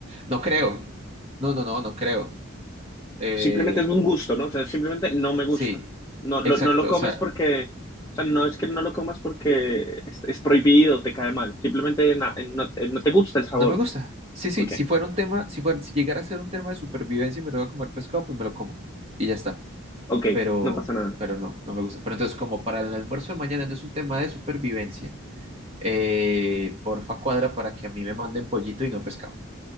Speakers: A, on the right (about 30°); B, on the left (about 15°).
A: No creo. No, no, no, no creo. Eh,
B: Simplemente es un gusto, ¿no? O sea, simplemente no me gusta.
A: sí,
B: No lo,
A: exacto.
B: no lo comes
A: O sea...
B: porque, o sea, no es que no lo comas porque es, es prohibido, te cae mal. Simplemente na- eh, no, eh, no te gusta el sabor.
A: No me gusta. Sí, sí,
B: Ok,
A: si fuera un tema, si fuera, si llegara a ser un tema de supervivencia y me toca comer pescado, pues me lo como y ya está.
B: ok,
A: Pero,
B: no pasa nada.
A: pero no, no me gusta. Pero entonces, como para el almuerzo de mañana no es un tema de supervivencia, eh, porfa cuadra para que a mí me manden pollito y no pescado.